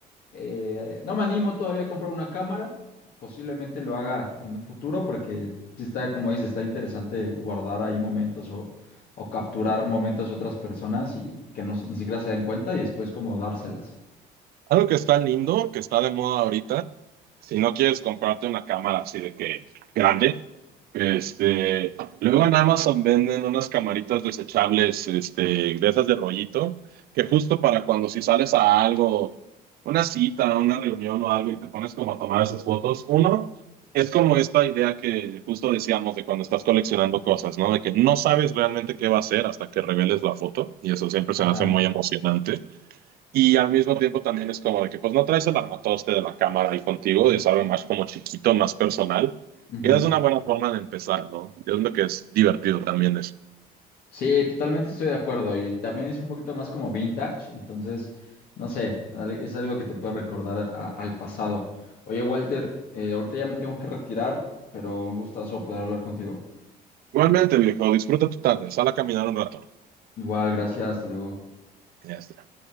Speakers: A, on the left; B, on the right.
A: eh, no me animo todavía a comprar una cámara. Posiblemente lo haga en un futuro porque sí está, como dices, está interesante guardar ahí momentos o, o capturar momentos de otras personas y que no, se- ni siquiera se den cuenta y después como dárselas.
B: Algo que está lindo, que está de moda ahorita, si no quieres comprarte una cámara así de que grande, este, luego en Amazon venden unas camaritas desechables, este, de esas de rollito, que justo para cuando si sales a algo, una cita, una reunión o algo y te pones como a tomar esas fotos, uno, es como esta idea que justo decíamos de cuando estás coleccionando cosas, ¿no? De que no sabes realmente qué va a ser hasta que reveles la foto y eso siempre se
A: Ajá.
B: me hace muy emocionante. Y al mismo tiempo también es como de que pues no traes el armatoste de la cámara ahí contigo, es algo más como chiquito, más personal.
A: Ujú.
B: Y es una buena forma de empezar, ¿no? Y es lo que es divertido también es.
A: Sí, totalmente estoy de acuerdo. Y también es un poquito más como vintage, entonces, no sé, al- es algo que te puede recordar a- al pasado. Oye, Walter, eh, ahorita ya me tengo que retirar, pero un gustazo poder hablar contigo.
B: Igualmente, viejo, disfruta tu tarde, sal a caminar un rato.
A: Igual, gracias, hasta luego.
B: Ya está.